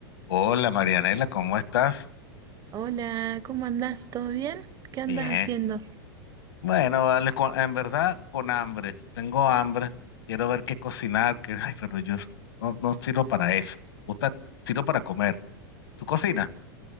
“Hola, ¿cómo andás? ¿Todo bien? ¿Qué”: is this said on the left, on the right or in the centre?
Right